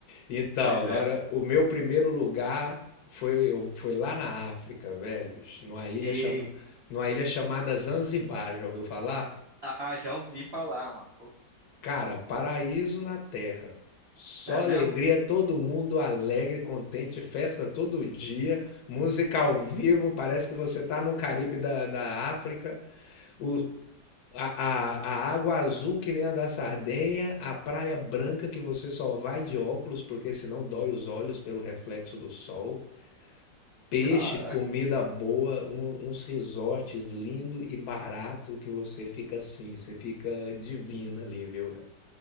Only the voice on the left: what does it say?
Então,
agora,
o meu primeiro lugar foi, eu, foi lá na África, velhos, numa ilha,
chama, numa ilha chamada Zanzibar, já ouviu falar?
Cara, paraíso na terra. Só
alegria, todo mundo alegre, contente, festa todo dia, música ao vivo, parece que você tá no Caribe da, da África, o, a, a, a água azul que nem a da Sardenha, a praia branca que você só vai de óculos porque senão dói os olhos pelo reflexo do sol, peixe,
comida boa, um- uns resorts lindo e barato que você fica assim, você fica divina ali, viu, velho?